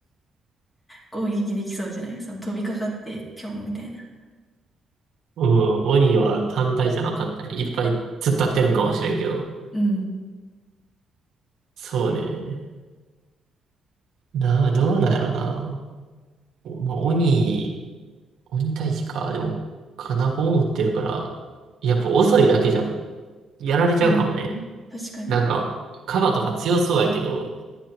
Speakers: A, on the left; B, on the right.
A: 攻撃できそうじゃないその飛びかかって、ぴょんみたいな。
B: うん、鬼は単体じゃなかったね。いっぱい突っ立ってるんかもしれんけど。
A: うん。
B: そうね。な、どうなんやろな。まあ、鬼、鬼退治か。でも、金棒を持ってるから、やっぱ遅いだけじゃやられちゃうかもね。
A: うん。確かに。
B: なんか、カバとか強そうやけど、